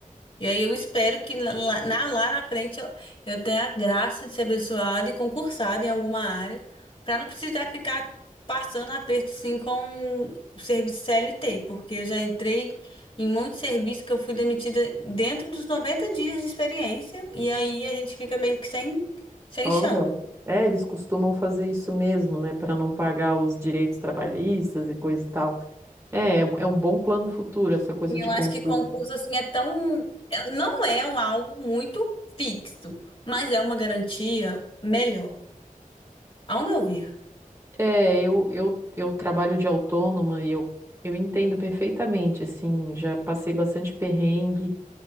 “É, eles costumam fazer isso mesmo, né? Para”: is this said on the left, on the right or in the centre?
Right